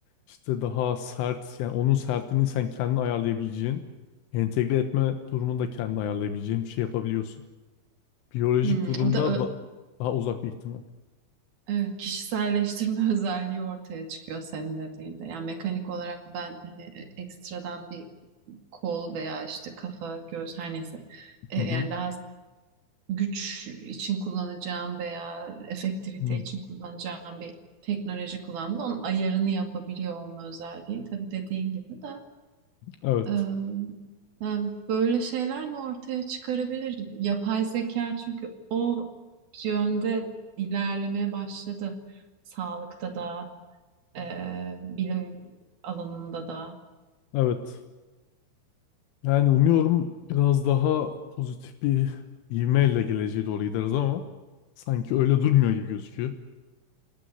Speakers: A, on the left (about 80°); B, on the right (about 55°).
A: işte daha sert yani onun sertliğini sen kendin ayarlayabileceğin, entegre etme durumunu da kendin ayarlayabileceğin bir şey yapabiliyorsun. Biyolojik
B: Hmm,
A: durumda
B: o da ö-
A: da daha uzak bir ihtimal.
B: evet, kişiselleştirme <laughs> özelliği ortaya çıkıyor senin dediğinde. Yani mekanik olarak ben hani ekstradan bir kol veya işte kafa, göz her neyse. E,
A: Hı
B: yani
A: hı.
B: daha güç için kullanacağım veya efektivite
A: Hı.
B: için kullanacağım bir teknoloji kullandı. Onun ayarını yapabiliyor olma özelliği. Tabii dediğin gibi de
A: Evet.
B: e, yani böyle şeyler de ortaya çıkarabilir. Yapay zeka çünkü o yönde ilerlemeye başladı. Sağlıkta da, e, bilim alanında da.
A: Evet. Yani umuyorum biraz daha pozitif bir ivmeyle geleceğe doğru gideriz ama sanki öyle durmuyor gibi gözüküyor.